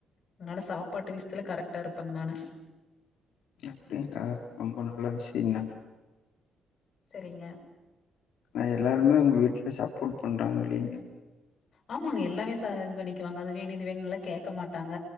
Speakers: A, on the left; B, on the left.
A: அதனால சாப்பாட்டு விசத்துல கரெக்ட்டா இருப்பாங்க நானு.
B: அப்டிங்களா ரொம்ப நல்ல விஷயங்க
A: சரிங்க.
B: ந எல்லாருமே உங்க வீட்டுல சப்போர்ட் பண்றாங்க இல்லைங்களா
A: ஆமாங்க எல்லாமே ச இது பண்ணிக்குவாங்க அது வேணும் இது வேணும் எல்லாம் கேட்க மாட்டாங்க